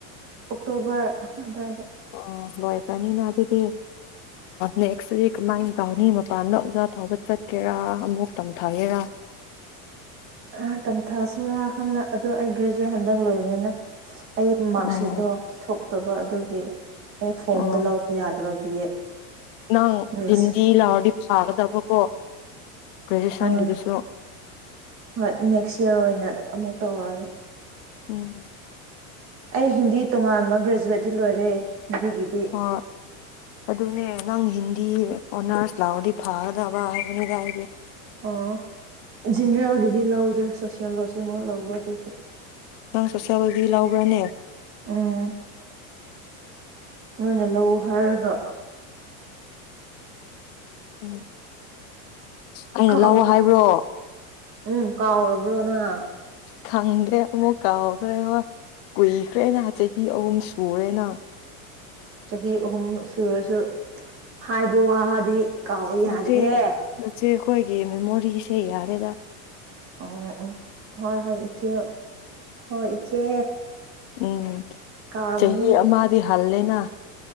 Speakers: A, on the right; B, on the left.
A: ꯑꯣꯛꯇꯣꯕꯔ ꯑꯗꯨꯋꯥꯏꯗ
B: ꯑꯣ ꯂꯣꯏꯈ꯭ꯔꯅꯤꯅ ꯑꯗꯨꯗꯤ ꯅꯦꯛꯁ ꯇꯗꯤ ꯀꯃꯥꯏꯅ ꯇꯧꯅꯤ ꯃꯄꯥꯟꯗ ꯑꯣꯖꯥ ꯇꯥꯎꯕ ꯆꯠꯀꯦꯔꯥ ꯑꯃꯨꯛ ꯇꯝꯊꯒꯦꯔꯥ
A: ꯑꯩꯍꯥꯛ ꯇꯝꯊꯁꯤꯔꯥ ꯈꯜꯂꯦ ꯑꯗꯣ ꯑꯩ ꯒ꯭ꯔꯦꯖꯨꯋꯦꯠ ꯍꯟꯗꯛ ꯂꯣꯏꯕꯅꯤꯅ ꯑꯩ ꯃꯥꯔꯁꯤꯗꯣ
B: ꯑꯣ
A: ꯊꯣꯛꯇꯕ ꯑꯗꯨꯒꯤ ꯑꯦ ꯐꯣꯝꯗ
B: ꯑꯣ
A: ꯂꯧꯕ ꯌꯥꯗꯕ ꯕꯤ ꯑꯦꯠ
B: ꯅꯪ
A: ꯅꯦꯛꯁ
B: ꯍꯤꯟꯗꯤ ꯂꯥꯎꯗꯤ ꯐꯥꯒꯗꯕꯀꯣ ꯒꯔꯦꯖ꯭ꯋꯦꯁꯟꯒꯤꯗꯨꯁꯨ
A: ꯎꯝ ꯍꯣꯏ ꯅꯦꯛꯁ ꯏꯔ ꯑꯣꯏꯅ ꯑꯃꯨꯛ ꯇꯧꯔꯒꯦ
B: ꯎꯝ
A: ꯑꯩ ꯍꯤꯟꯗꯤ ꯇꯣꯉꯥꯟꯕ ꯒ꯭ꯔꯦꯖꯨꯋꯦꯠꯇꯤ ꯂꯣꯏꯔꯦ ꯍꯤꯟꯗꯤꯒꯤꯗꯤ
B: ꯍ ꯑꯗꯨꯅꯦ ꯅꯪ ꯍꯤꯟꯗꯤ ꯑꯣꯅꯔꯁ ꯂꯥꯛꯔꯗꯤ ꯐꯒꯗꯕ ꯍꯥꯏꯕꯅꯤꯗ ꯍꯥꯏꯗꯤ
A: ꯑꯣ ꯖꯤꯅꯔꯦꯜꯒꯤꯗꯤ ꯂꯧꯗ꯭ꯔꯦ ꯁꯣꯁꯤꯌꯣꯂꯣꯖꯤ ꯑꯃ ꯂꯧꯕꯗꯨꯒꯤ
B: ꯅꯪ ꯁꯣꯁꯂꯣꯖꯤ ꯂꯧꯕ꯭ꯔꯅꯦ
A: ꯎꯝ ꯅꯣꯏꯅ ꯂꯧ ꯍꯥꯏꯔꯒ
B: ꯎꯝ ꯑꯩꯅ
A: ꯀꯥꯎ
B: ꯂꯧꯑꯣ ꯍꯥꯏꯕ꯭ꯔꯣ
A: ꯎꯝ ꯀꯥꯎꯔꯕ꯭ꯔꯣꯅꯪ
B: ꯈꯪꯗꯦ ꯑꯃꯨꯛ ꯀꯥꯎꯈ꯭ꯔꯦ ꯍꯣꯏ ꯀꯨꯏꯈ꯭ꯔꯦꯅ ꯆꯍꯤ ꯑꯍꯨꯝ ꯁꯨꯔꯦꯅ
A: ꯆꯍꯤ ꯑꯍꯨꯝ ꯁꯨꯔꯁꯨ ꯍꯥꯏꯕ ꯋꯥꯗꯤ ꯀꯥꯎꯕ
B: ꯑꯁ
A: ꯌꯥꯗꯦꯍꯦ
B: ꯅꯆꯦ ꯅꯆꯦ ꯑꯩꯈꯣꯏꯒꯤ ꯃꯦꯃꯣꯔꯤꯁꯦ ꯌꯥꯔꯦꯗ
A: ꯑ ꯎ ꯍꯣꯏ ꯍꯣꯏ ꯏꯆꯦ ꯍꯣ ꯏꯆꯦ
B: ꯎꯝ
A: ꯀꯥꯎꯔꯝꯒꯅꯤ
B: ꯆꯍꯤ ꯑꯃꯗꯤ ꯍꯜꯂꯦꯅ